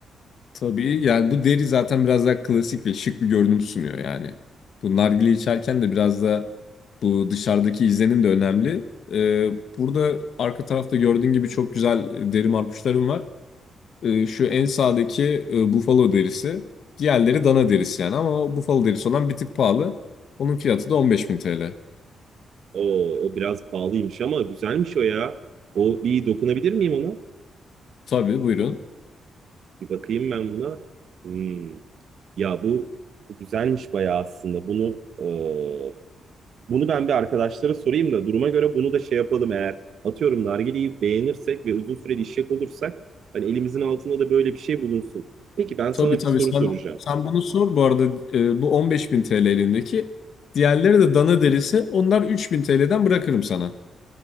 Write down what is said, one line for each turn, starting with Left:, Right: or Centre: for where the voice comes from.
Left: Tabii yani bu deri zaten biraz daha klasik ve şık bir görünüm sunuyor yani. Bu nargile içerken de biraz da bu dışarıdaki izlenim de önemli. Ee, burada arka tarafta gördüğün gibi çok güzel e, deri marpuçlarım var. Ee, şu en sağdaki e, bufalo derisi. Diğerleri dana derisi yani ama o bufalo derisi olan bir tık pahalı. Onun fiyatı da 15.000 TL.
Right: O, o biraz pahalıymış ama güzelmiş o ya. O bir dokunabilir miyim ona?
Left: Tabii buyurun.
Right: Bir bakayım ben buna. Hmm. Ya bu, bu güzelmiş bayağı aslında. Bunu e, bunu ben bir arkadaşlara sorayım da duruma göre bunu da şey yapalım eğer atıyorum nargileyi beğenirsek ve uzun süreli işek olursak hani elimizin altında da böyle bir şey bulunsun. Peki ben sana
Left: Tabii tabii
Right: bir soru
Left: sen
Right: soracağım.
Left: sen bunu sor bu arada e, bu 15.000 TL elindeki. Diğerleri de dana derisi. Onlar 3.000 TL'den bırakırım sana.